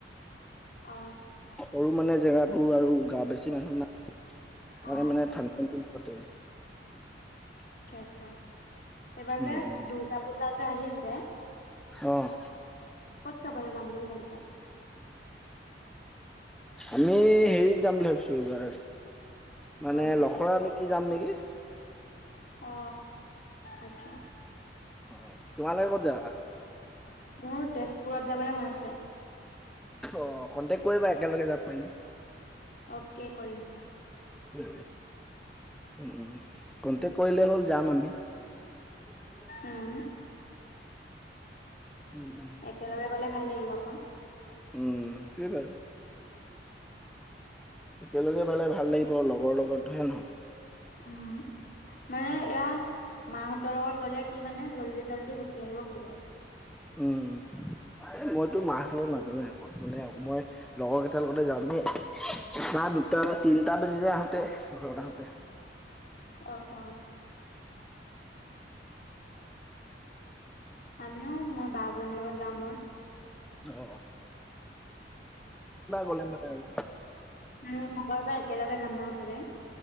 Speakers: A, on the left; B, in the centre.
A: অ
B: সৰু মানে জেগাটো আৰু গাওঁ বেছি মানুহ নাই।
A: অ
B: আমি মানে থানা মুখতে
A: আচ্ছা আচ্ছা, এইবাৰ
B: উম
A: যে
B: উম
A: দুৰ্গা পূজা যে আহি আছে।
B: অঁহ
A: ক'ত যাবলে যাম বুলি ভাবিছা?
B: আমি হেৰিত যাম বুলি ভাবিছো এইবাৰ। মানে
A: ক'ত
B: লখৰা নেকি যাম নেকি?
A: অ আচ্ছা।
B: অ তোমালোকে ক'ত যাবা?
A: মোৰ তেজপুৰত যাবলৈ মন আছে।
B: অ কণ্টেক্ট কৰিবা একেলগে যাব পাৰিম।
A: অ'কে কৰিম।
B: উ -উ -উ কন্টেক্ট কৰিলে হ'ল যাম আমি। <unintelligible>
A: উম,
B: উম উম
A: একেলগে গ'লে ভাল লাগিব আকৌ।
B: উম তু বাৰু। একেলগে পালে ভাল লাগিব লগৰ লগত হয় নহয়।
A: উম, মানে
B: উম
A: এয়া মাহঁতৰ লগত গ'লে কি মানে জল্দি জল্দি গুচি আহিব খোজে।
B: উম। মইতো মাঁ হতৰ লগত নাজাওই মানে মই লগৰ কেইটাৰ লগতে যামেই। নাই দুটা-তিনটা বাজি যায় আহোতে ঘৰত আহোতে।
A: অঁ অঁ। আমিও মই বা জনীৰ লগত যাম মই।
B: অঁ অঁ। গ'লে মানে আৰু
A: উম উম। তই একেলগে যাম ন চবে।